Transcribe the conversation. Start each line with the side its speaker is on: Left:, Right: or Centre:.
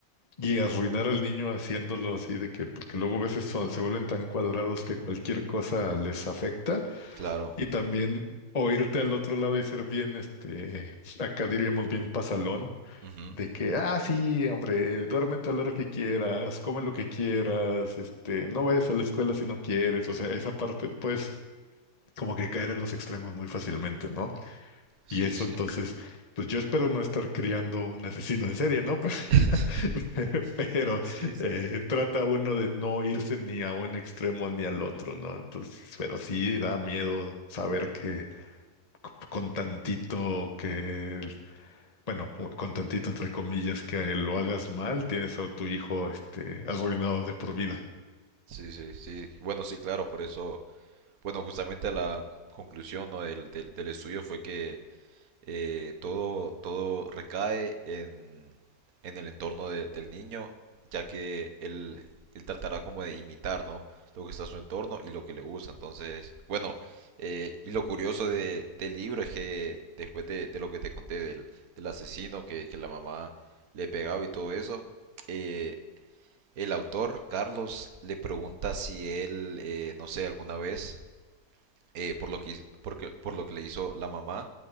Left: y arruinar al niño haciéndolo así de que, porque luego a veces son- se vuelven tan cuadrados que cualquier cosa les afecta.
Right: Claro.
Left: Y también oírte al otro lado y ser bien, este, acá diríamos bien pasalón,
Right: Ujú.
Left: de que, ah, sí, hombre, duérmete a la hora que quieras, come lo que quieras, este, no vayas a la escuela si no quieres, o sea, esa parte, pues, como que caer en los extremos muy fácilmente, ¿no?
Right: Sí,
Left: Y eso
Right: sí.
Left: entonces, pues yo espero no estar criando un asesino en serie, ¿no?
Right: <laughs>
Left: <laughs> Pero
Right: Sí, sí.
Left: eh, trata uno de no irse ni a un extremo ni al otro, ¿no? Entonces, pero sí da miedo saber que con tantito que, el- bueno, con tantito entre comillas que a él lo hagas mal, tienes a tu hijo este arruinado de por vida.
Right: Sí, sí, sí. Bueno, sí, claro, por eso, bueno, justamente la conclusión, ¿no? del, del, del estudio fue que eh, todo, todo recae en, en el entorno de- del niño, ya que él, él tratará como de imitar, ¿no? Lo que está a su entorno y lo que le gusta. Entonces, bueno, eh, y lo curioso de, del libro es que después de, de lo que te conté del, del asesino que, que la mamá le pegaba y todo eso, eh, el autor, Carlos, le pregunta si él, eh, no sé, alguna vez eh, por lo que, porque, por lo que le hizo la mamá,